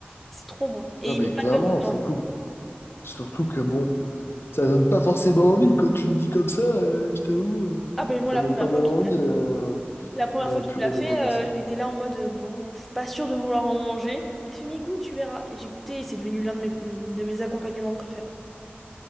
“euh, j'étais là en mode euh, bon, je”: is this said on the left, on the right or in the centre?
Centre